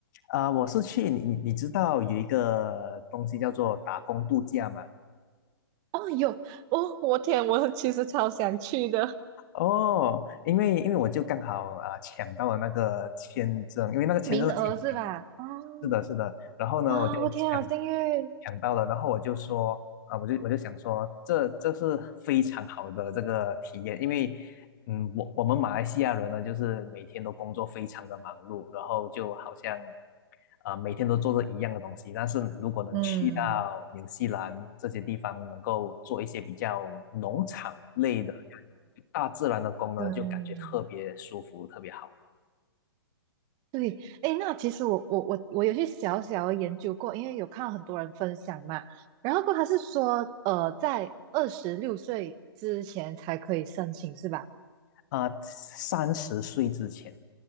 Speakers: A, on the left; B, on the right.
A: 啊，我是去你你你知道有一个东西叫做打工度假吗？
B: 哦，有哦，我天，我其实超想去的，
A: 哦，因为因为我就刚好啊、呃抢到了那个签证，因为那个签证是挺挺难抢
B: 名额是吧？哦，
A: 是的，是的。然后呢，
B: 哇，
A: 我就抢
B: 我天啊，好幸运。
A: 抢到了，然后我就说啊，我就我就想说，这这是非常好的这个体验，因为嗯，我我们马来西亚人呢，就是每天都工作非常的忙碌，然后就好像，呃，每天都做着一样的东西。但是如果能去到纽西兰这些地方，
B: 嗯，
A: 能够做一些比较农场类的、大自然的工呢，
B: 对，
A: 就感觉特别舒服，特别好。
B: 对，哎，那其实我我我我有去小小研究过，因为有看到很多人分享嘛，然后过他是说，呃，在二十六岁之前才可以申请，是吧？
A: 啊、三十岁之前，